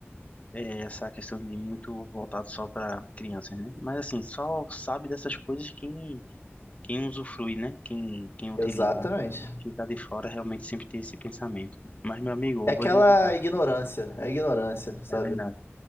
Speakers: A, on the left; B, on the left.
A: é, essa questão de muito voltado só para crianças, né? Mas assim, só sabe dessas coisas quem quem usufrui, né? Quem quem utiliza,
B: Exatamente.
A: né? Quem tá de fora realmente sempre tem esse pensamento. Mas meu amigo,
B: É
A: eu
B: aquela
A: vou lhe dizer,
B: ignorância, é ignorância, sabe?
A: é verdade.